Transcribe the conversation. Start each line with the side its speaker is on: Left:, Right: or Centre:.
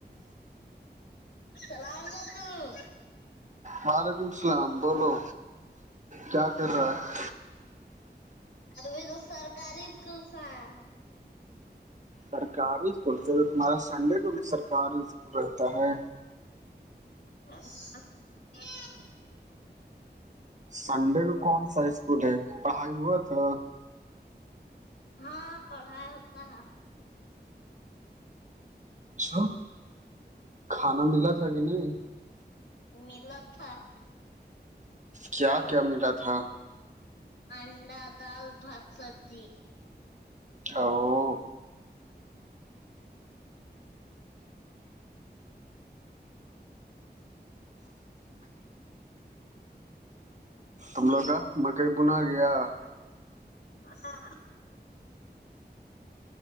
Left: اللام علیکم
Right: وعلیکم اللام بولو کیا کر رہا ہے
Left: ابھی تو سرکاری اسکولس ہیں
Right: سرکاری اسکول پ تمہارا سنڈے کو بھی سرکاری اسکول رہتا ہے
Left: <unintelligible>
Right: سنڈے کو کون سا اسکول ہے پڑھائی ہوا تھا
Left: ہاں پڑھائی ہوتا ہے
Right: چا کھانا ملا تھا کہ نہیں
Left: ملت تھا
Right: کیا کیا ملا تھا
Left: انڈا دال بھات سبزی
Right: <unintelligible> تم لوگ کا مکئی بنا گیا
Left: <unintelligible>